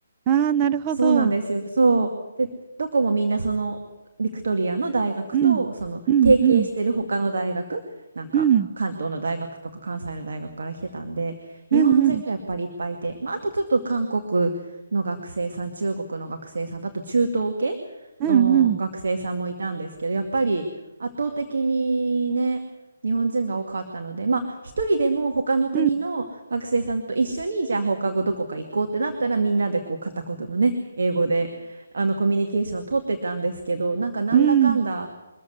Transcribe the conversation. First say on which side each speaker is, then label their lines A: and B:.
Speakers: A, on the right; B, on the right.
A: ああ、なるほど。
B: そうなんですよ。
A: うん、
B: そう。で、どこもみんなそのビクトリアの大学とその提携してる他の大学、
A: うん、うん、
B: なんか関東の大学とか関西の大学から来てたんで、
A: うん、うん、
B: 日本人がやっぱりいっぱいいて、まあ、あとちょっと韓国の学生さん、中国の学生さんと、あと中東系の学生さんもいたんですけど、
A: うん、うん、うん、
B: やっぱり圧倒的にね、日本人が多かったので、まあ、一人でも他の国の学生さんと一緒に、
A: うん、うん、
B: じゃあ放課後どこか行こうってなったら、みんなでこう片言のね、英語であのコミュニケーションを取ってたんですけど、なんかなんだかんだ、
A: うん、